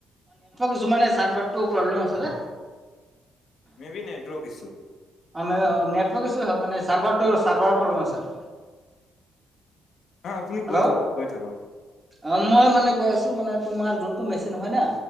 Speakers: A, on the right; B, on the left.
A: কিছুমানে চাৰ প্ৰব্লেম আছে যে।
B: May be network issue.
A: আমি নেটৱৰ্ক ইছ হয় মানে চাৰ্ভাৰত চাৰ্ভাৰত প্ৰব্লেম আছে।
B: অ আপুনি
A: হেল্ল'
B: কৈ থাকক কৈ থাকক।
A: অ মই মানে কৈ আছোঁ মানে তোমাৰ যোনটো মেচিন হয় ন।